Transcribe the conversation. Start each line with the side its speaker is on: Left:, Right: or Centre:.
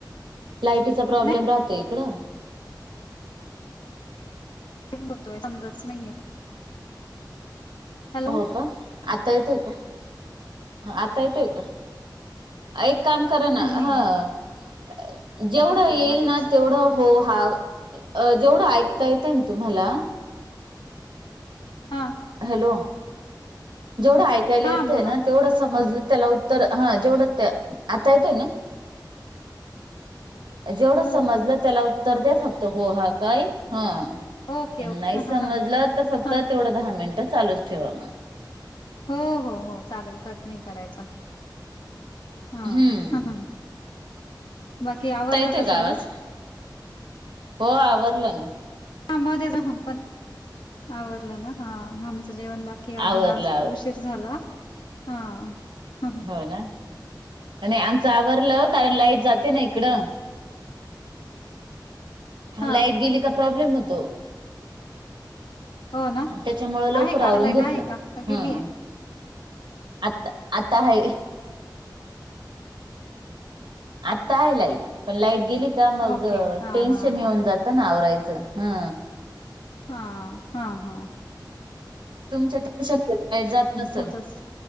Right: लाईटीचा प्रॉब्लेम
Left: नाही
Right: राहतो इकडं.
Left: <unintelligible> समजतच नाहीे ये. हॅलो
Right: हो का, आता येतोय का आता येतोय का. एक काम करा
Left: म्हणजे
Right: ना,
Left: नाहीये
Right: ह. जेवढं
Left: कट होतोय
Right: येईल
Left: मध्येच
Right: ना तेवढं. हो हा जेवढं ऐकता येतं ना तुम्हाला.
Left: हां.
Right: हॅलो. जेवढं ऐकायला
Left: हा
Right: येतंय
Left: बोला
Right: ना, तेवढं समजलं त्याला उत्त उत्तर हा जेवढच ते, आता येतोय ना. जेवढं
Left: हो
Right: समजलं
Left: हो
Right: त्याला उत्तर द्या, फक्तं हो हा काय हं.
Left: ओके
Right: पण
Left: ओके
Right: नाही
Left: हा
Right: समजल फक्त
Left: हा
Right: तेवढं, दहा मिनिट चालूच ठेवा मग.
Left: हो हो हो चालेल कट नाही करायचा. हा
Right: हम्म
Left: ह ह बाकी आवरलं
Right: आता येतोय
Left: का सगळं.
Right: आवाज हो आवरलं ना.
Left: ह मध्ये जहम पण. आवरलं ना हा, आमचं जेवण बाकी अजून
Right: आवरलं
Left: आज
Right: आवर
Left: उशीर झाला. हा.
Right: हो ना आणि, आमचं आवरलं कारण लाईट जाते ना इकडं.
Left: हा
Right: लाईट गेली का प्रॉब्लेम होतो.
Left: हो ना
Right: तेच्या मुळं लवकर
Left: आहे का
Right: आवरून
Left: लाईट
Right: घेतलं
Left: आहे का गेलीय?
Right: ह. आता आता हाय. आत्ता आहे लाईट. पण लाईट गेली का मग,
Left: ओके हा
Right: टेन्शन
Left: हा
Right: येऊन
Left: हा
Right: जातं ना आवरायचं. ह...
Left: हा हा हा.
Right: तुमच्या त्या शक्यतो लाईट जात नसेल.
Left: होतच